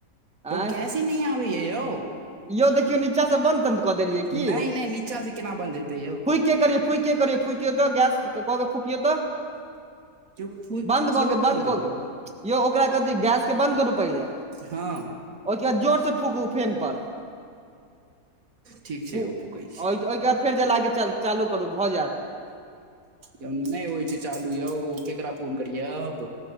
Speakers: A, in the centre; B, on the right.
A: आँय
B: यौ गैस ही नै आबै य यौ
A: यौ देखियौ नीचा सँ बन्द तन्द कऽ देलियै
B: नहि
A: की <unintelligible>
B: नहि नीचा से केना बंन्द हेतै यौ
A: फुइ केँ करिय फुइ केँ करिय फुइ केँ तऽ गैस कऽ फुकियो तऽ
B: यौ फूकि
A: बन्द
B: के केना
A: कऽ केँ बन्द
B: करबै
A: कऽ
B: यौ
A: केँ यौ ओकरा कथि गैस केँ बन्द करू पहिले
B: हँ
A: ओहि केँ बाद जोर से फूकू फेम पर
B: ठीक छै
A: ओहिके
B: यौ फूकै छियै
A: बाद फेर जला केँ च - चालू करू भऽ जैत
B: यौ नय होइ छै चालू यौ केकरा फोन करियै अब